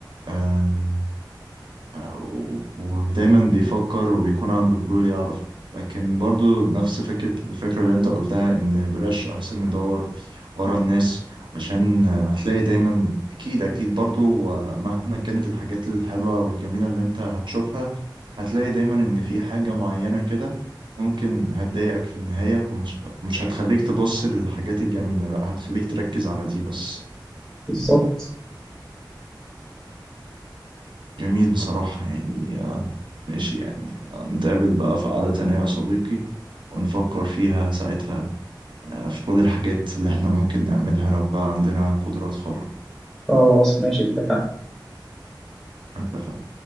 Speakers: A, on the right; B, in the centre.
A: آه، و- ودايما بيفكر وبيكون عنده فضول يعرف لكن برضو نفس فكرة الفكرة اللي انت قلتها ان بلاش احسن ندور ورا الناس عشان هتلاقي دايما اكيد اكيد برضو مهما كانت الحاجات الحلوة والجميلة اللي انت هتشوفها هتلاقي دايما ان في حاجة معينة كده ممكن هتضايقك في النهاية ومش مش هتخليك تبص للحاجات الجميلة لا هتخليك تركز على دي بس
B: بالظبط
A: جميل بصراحة يعني ماشي يعني نتقابل بقى في قعدة تانية يا صديقي ونفكر فيها ساعتها آه، في كل الحاجات اللي احنا ممكن نعملها لو بقى عندنا قدرات خارقة
B: خلاص ماشي اتفقنا
A: اتفقنا